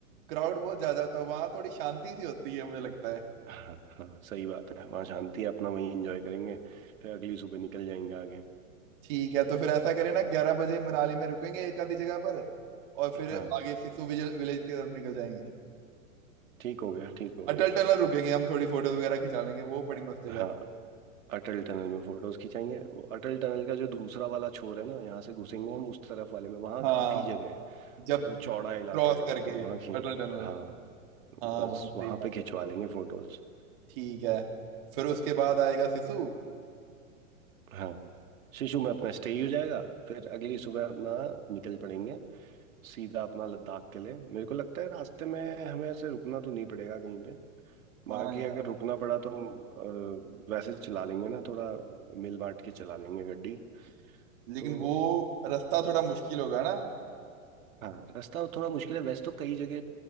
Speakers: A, on the right; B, on the right.
A: क्राउड बहुत ज्यादा होता है वहां थोड़ी शांति सी होती है मुझे लगता है
B: हाँ हाँ सही बात है वहाँ शांति है अपना वहीं एंजॉय करेंगे फिर अगली सुबह निकल जाएंगे आगे
A: ठीक है तो फिर ऐसा करें ना ग्यारह बजे मनाली में रुकेंगे एक आधी जगह पर और फिर
B: हाँ
A: आगे सिसु विजल विलेज की तरफ निकल जाएंगे
B: ठीक हो गया ठीक हो गया
A: अटल टनल रुकेंगे हम थोड़ी फोटोज वगैरह खिंचा लेंगे वो बड़ी मस्त जगह
B: हाँ
A: है
B: अटल टनल में फोटोज खिंचाएंगे वो अटल टनल का जो दूसरा वाला छोर है ना यहाँ से घुसेंगे हम उस तरफ वाले में वहाँ
A: हाँ
B: काफी जगह है
A: जब
B: मतलब चौड़ा इलाका
A: क्रॉस करके
B: है तो वहाँ
A: अटल
B: खी
A: टनल
B: हाँ
A: हाँ
B: बस
A: भाई सही
B: वहाँ
A: बात
B: पे खिंचवा
A: है
B: लेंगे फोटोज
A: ठीक है फिर उसके बाद आएगा सिसु
B: हाँ शिशु में अपना स्टे ही हो जाएगा फिर अगली सुबह अपना निकल पड़ेंगे सीधा अपना लद्दाख के लिए मेरे को लगता है रास्ते में हमें ऐसे रुकना तो नहीं पड़ेगा कहीं पे बाकी
A: हाँ यार
B: अगर रुकना पड़ा तो हम अ, वैसे चला लेंगे ना थोड़ा मिल बांट के चला लेंगे गड्डी
A: लेकिन
B: तो
A: वो रास्ता थोड़ा मुश्किल होगा ना
B: हाँ रास्ता थोड़ा मुश्किल है वैसे तो कई जगह